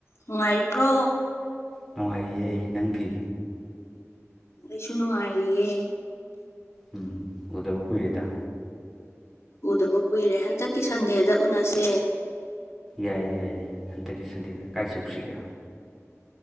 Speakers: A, on the left; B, in the centre.
A: ꯅꯨꯡꯉꯥꯏꯔꯤꯕ꯭ꯔꯣ
B: ꯅꯨꯡꯉꯥꯏꯔꯤꯌꯦ ꯅꯪꯗꯤ
A: ꯑꯩꯁꯨ ꯅꯨꯡꯉꯥꯏꯔꯤꯌꯦ
B: ꯎꯝ ꯎꯗꯕ ꯀꯨꯏꯔꯦꯗ
A: ꯎꯗꯕ ꯀꯨꯏꯔꯦ ꯍꯟꯗꯛꯀꯤ ꯁꯟꯗꯦꯗ ꯎꯅꯁꯦ
B: ꯌꯥꯏꯌꯦ ꯌꯥꯏꯌꯦ ꯍꯟꯗꯛꯀꯤ ꯁꯟꯗꯦꯗ ꯀꯥꯏ ꯆꯧꯁꯤꯒꯦ